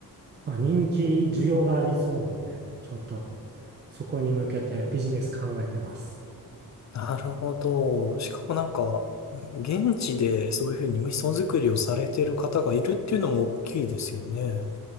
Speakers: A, on the right; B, on the left.
A: まあ、人気、需要がありそうなんで、ちょっとそこに向けてビジネス考えてます。
B: なるほど。しかもなんか、現地でそういうふうに味噌作りをされてる方がいるっていうのも大きいですよね。